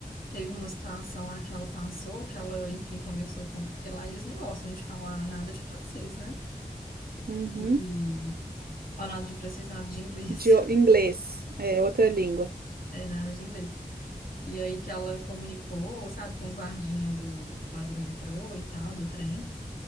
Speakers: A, on the left; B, on the right.
A: teve uma situação lá que ela passou, que ela, enfim, conversou com... Porque lá eles não gostam de falar nada de francês, né?
B: uhum.
A: E ó, nada de francês, nada de inglês.
B: De o-
A: <laughs>
B: inglês, é outra língua.
A: É, nada de inglês. E aí que ela comunicou, sabe, com o guardinha do, lá do metrô e tal, do trem,